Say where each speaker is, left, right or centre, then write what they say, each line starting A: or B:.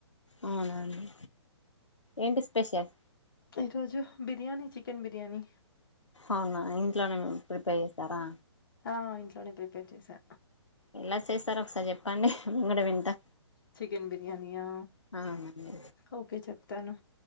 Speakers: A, on the left; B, on the left.
A: అవునా అండి ఏంటి స్పెషల్
B: ఈరోజు బిర్యానీ చికెన్ బిర్యానీ
A: అవునా ఇంట్లోనే ప్రిపేర్ చేస్తారా
B: ఆ ఇంట్లోనే ప్రిపేర్ చేసా
A: ఎలా చేసారొ ఒకసారి చెప్పండి నిను వింటా
B: చికెన్ బిర్యానియా
A: అవునండి
B: ఓకే చెప్తాను